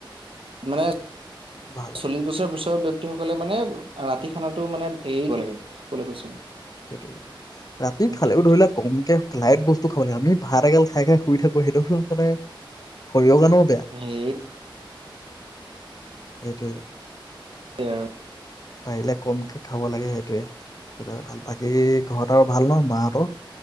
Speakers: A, on the right; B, on the left.
A: মানে
B: ভাল
A: চল্লিশ
B: ভাল
A: বছৰ পিছৰ বেয়ক্তী সকলে মানে ৰাতি খানাটো মানে এৰি দিব লাগে। বুলি কৈছে আৰু।
B: সেইটোএই ৰাতি
A: মৃত্যু
B: খালেও ধৰি লোৱা কমকে লাইট বস্তু খাব লাগে আমি। ভাত এগাল খাই, খাই শুই থাকো। সেইটো মানে শৰীৰৰ কাৰণেও বেয়া।
A: সেইটোৱে
B: এইটোৱে,
A: আৰু
B: পাৰিলে কমকে খাবা। হব লাগে সেইটোয়ে। বাদ -বাকী ঘৰত আৰু ভাল নহ মা হঁতৰ।